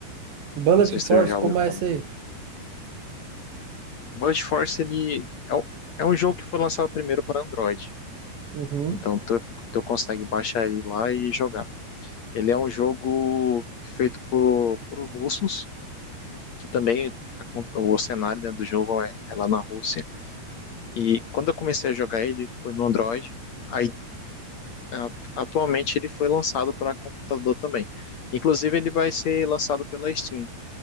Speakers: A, on the right; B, on the left.
A: Bullet
B: Não sei se
A: Force,
B: tu já
A: como
B: ouviu
A: é
B: falar.
A: esse aí?
B: O Blast Force ele é um, é um jogo que foi lançado primeiro para Android.
A: Uhum.
B: Então tu, tu consegue baixar ele lá e jogar. Ele é um jogo feito por, por russos, que também o cenário né, do jogo é, é lá na Rússia. E quando eu comecei a jogar ele foi no Android. Aí a- atualmente ele foi lançado para computador também. Inclusive ele vai ser lançado pela Steam.